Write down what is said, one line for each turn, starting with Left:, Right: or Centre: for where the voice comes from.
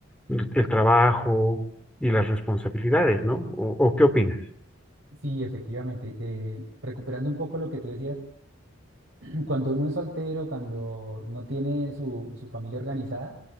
Centre: el, el trabajo y las responsabilidades, ¿no? ¿O, o qué opinas?
Right: Sí, efectivamente. eh, recuperando un poco lo que tú decías, <clears throat> cuando uno es soltero, cuando no tiene su, su familia organizada,